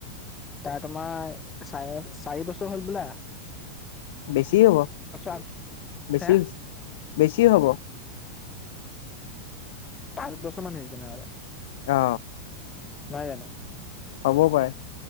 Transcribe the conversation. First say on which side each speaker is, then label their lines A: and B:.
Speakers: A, on the left; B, on the left.
A: তাৰ তোমাৰ চাৰে চাৰি বছৰ হ'ল হবলা।
B: বেছিয়ে হ'ব,
A: আগ
B: বেছি
A: হে
B: হৈছে। বেছি হ'ব।
A: পাঁচ বছৰ মান হৈছে তেনেহ'লে।
B: অ।
A: নহয় জানো।
B: হ'ব পাৰে